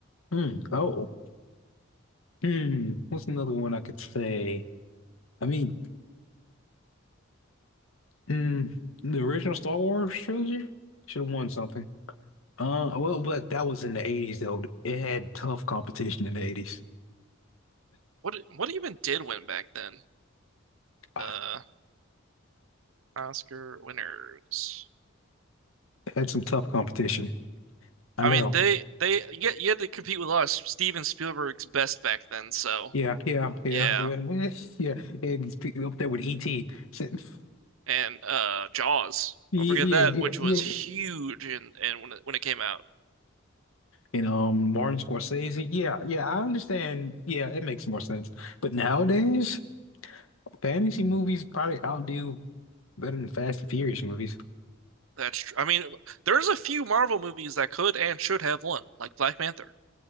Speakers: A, on the left; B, on the right.
A: Hmm. Oh. Hmm. What's another one I could say? I mean, hmm, the original Star Wars trilogy should have won something. Uh well, but that was in the 80s though. It had tough competition in the 80s.
B: What what even did win back then?
A: Ah,
B: Uh. Oscar winners.
A: It had some tough competition. I
B: I
A: know.
B: mean, they they you, you had to compete with us, Steven Spielberg's best back then. So
A: Yeah, yeah, yeah,
B: yeah,
A: yeah, <laughs> yeah. yeah. It's pe- up there with E.T. <laughs>
B: and uh Jaws.
A: Yeah,
B: Don't forget
A: yeah,
B: that,
A: yeah,
B: which
A: yeah,
B: was huge and and when it, when it came out.
A: You know, Martin Scorsese. Yeah, yeah, I understand. Yeah, it makes more sense. But nowadays, fantasy movies probably outdo better than Fast and Furious movies.
B: That's tr- I mean, there's a few Marvel movies that could and should have won, like Black Panther.